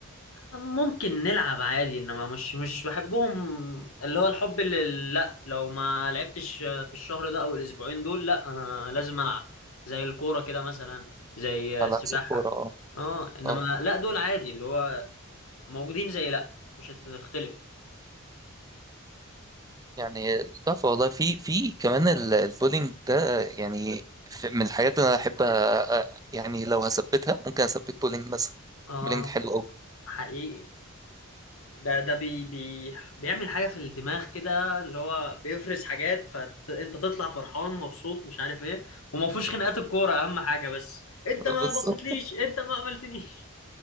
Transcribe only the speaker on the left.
ممكن نلعب عادي انما مش مش بحبهم اللي هو الحب اللي لا لو ما لعبتش في الشهر ده او الاسبوعين دول لا انا لازم العب زي الكورة كده مثلا زي
السباحة
اه انما
لا دول عادي اللي هو موجودين زي لا مش هتختلف
اه
حقيقي ده ده بي بي بيعمل حاجة في الدماغ كده اللي هو بيفرز حاجات فانت تطلع فرحان مبسوط مش عارف ايه وما فيهوش خناقات الكورة اهم حاجة بس انت ما
بصيتليش انت ما عملتنيش